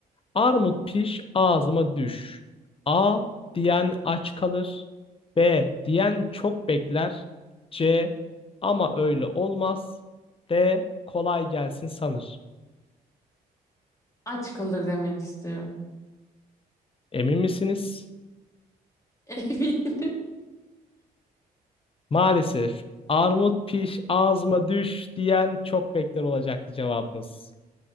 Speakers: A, on the left; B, on the left.
A: Armut piş ağzıma düş. A diyen aç kalır. B diyen çok bekler. C ama öyle olmaz. D kolay gelsin sanır.
B: Aç kalır demek istiyorum.
A: Emin misiniz?
B: <laughs> Eminim.
A: Maalesef armut piş ağzıma düş diyen çok bekler olacaktı cevabımız.